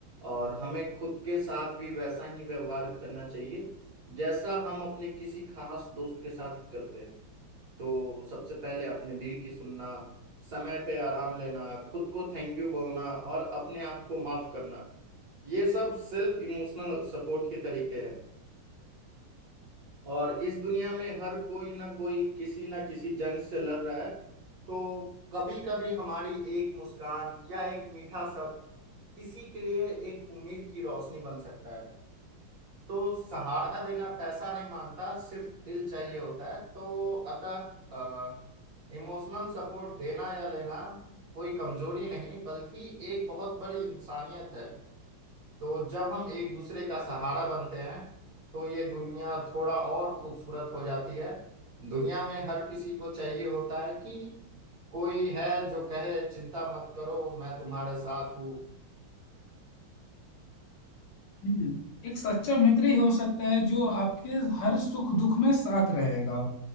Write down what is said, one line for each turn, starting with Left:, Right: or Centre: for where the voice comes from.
Right: और हमें खुद के साथ भी वैसा ही व्यवहार करना चाहिए जैसा हम अपने किसी खास दोस्त के साथ करते हैं तो सबसे पहले अपने दिल की सुनना समय पे आराम लेना खुद को थैंक यू बोलना और अपने आप को माफ करना ये सब सेल्फ इमोशनल सपोर्ट के तरीके हैं और इस दुनिया में हर कोई ना कोई किसी ना किसी जंग से लड़ रहा है तो कभी कभी हमारी एक मुस्कान या एक मीठा शब्द किसी के लिए एक उम्मीद की रोशनी बन सकता है तो सहारा देना पैसा नहीं मांगता सिर्फ दिल चाहिए होता है तो अतः इमोशनल सपोर्ट देना या लेना कोई कमजोरी नहीं बल्कि एक बहुत बड़ी इंसानियत है तो जब हम एक दूसरे का सहारा बनते हैं तो ये दुनिया थोड़ा और खूबसूरत हो जाती है दुनिया में हर किसी को चाहिए होता है कि कोई है जो कहे चिंता मत करो मैं तुम्हारे साथ हूँ
Left: हम्म, एक सच्चा मित्र ही हो सकता है जो आपके हर सुख दुख में साथ रहेगा